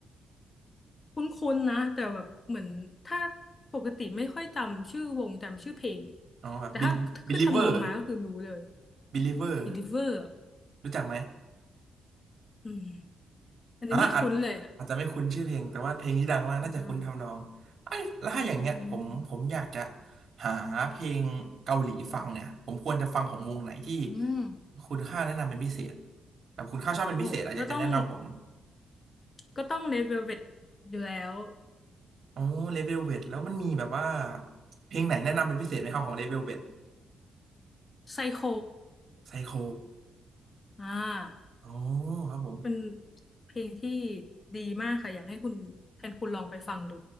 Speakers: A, on the left; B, on the right.
A: คุ้นๆนะแต่แบบเหมือนถ้าปกติไม่ค่อยจำชื่อวงจำชื่อเพลง
B: อ๋อแบบ
A: แต่ถ้าขึ้นทำนองมาก็คือรู้เลย
B: Bel- Believer Believer
A: I n ดิเวอร์
B: รู้จักไหม
A: อืมอันนี้ไม่คุ้นเลยอ่ะ
B: อ่าอาจอาจจะไม่คุ้นชื่อเพลงแต่ว่าเพลงที่ดังมากน่าจะคุ้นทำนองไอ้ยแล้วถ้าอย่างเงี้ยผมผมอยากจะ
A: อ่าอืม
B: หาเพลงเกาหลีฟังเนี่ยผมควรจะฟังของวงไหนที่
A: อืม
B: คุณค่าแนะนำเป็นพิเศษแบบคุณค่าชอบเป็นพิเศษอะอยากจะแนะนำผม
A: โหก็ต้องก็ต้อง Red Velvet อยู่แล้ว
B: โอ้เลเวลเวทแล้วมันมีแบบว่าเพลงไหนแนะนำเป็นพิเศษไหมครับของเลเวลเวท
A: ไซโค
B: ไซโค
A: อ่า
B: โอ้ครับผม
A: เป็นเพลงที่ดีมากค่ะอยากให้คุณแทนคุณลองไปฟังดู